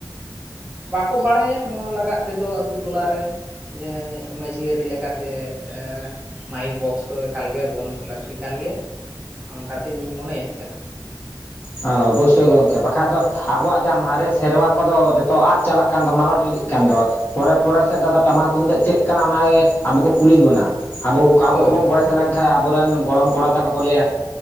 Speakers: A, on the right; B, on the left.
A: ᱵᱟᱠᱚ ᱵᱟᱲᱟᱭᱟ ᱱᱚᱣᱟ ᱞᱟᱜᱟᱫ ᱛᱮᱫᱚ ᱟᱛᱳ ᱴᱚᱞᱟ ᱨᱮᱱ᱾ ᱡᱟᱦᱟᱸᱭ ᱢᱟᱹᱡᱷᱤ ᱟᱹᱨᱤ ᱞᱮᱠᱟᱛᱮ ᱮᱻ ᱢᱟᱭᱤᱠ ᱵᱚᱠᱥ ᱫᱚ ᱮᱠᱟᱞᱜᱮ ᱵᱚᱸᱫᱽ ᱞᱟᱹᱠᱛᱤ ᱠᱟᱱ ᱜᱮᱭᱟ᱾ ᱚᱱᱠᱟᱛᱮ ᱤᱧᱤᱧ ᱢᱚᱱᱮᱭᱮᱫ ᱠᱟᱱᱟ᱾
B: ᱦᱚᱸ ᱚᱵᱚᱥᱥᱳᱭ ᱜᱚᱝᱠᱮ ᱵᱟᱠᱷᱟᱡ ᱫᱚ ᱟᱵᱚᱣᱟᱜ ᱡᱟᱦᱟᱸ ᱢᱟᱨᱮ ᱥᱮᱨᱣᱟ ᱠᱚᱫᱚ ᱡᱷᱚᱛᱚ ᱟᱫ ᱪᱟᱵᱟᱜ ᱠᱟᱱ ᱫᱚ ᱢᱟᱞᱚᱴ ᱤᱫᱤᱜ ᱠᱟᱱ ᱫᱚ, ᱯᱚᱨᱮ ᱯᱚᱨᱮ ᱥᱮᱫ ᱟᱫᱚ ᱴᱟᱢᱟᱠ ᱛᱩᱢᱫᱟᱹᱜ ᱪᱮᱫ ᱠᱟᱱᱟ ᱚᱱᱟᱜᱮ ᱟᱵᱚ ᱠᱚ ᱠᱩᱞᱤ ᱵᱚᱱᱟ ᱾ ᱟᱵᱚ ᱟᱵᱚ
A: ᱦᱳᱭ
B: ᱠᱚᱵᱚᱱ
A: ᱦᱳᱭ
B: ᱵᱚᱭᱮᱥ ᱞᱮᱱ ᱠᱷᱟᱱ ᱟᱵᱚᱨᱮᱱ ᱜᱚᱲᱚᱢ ᱠᱚᱲᱟ ᱛᱟᱠᱚ ᱠᱚ ᱞᱟ ᱭᱟ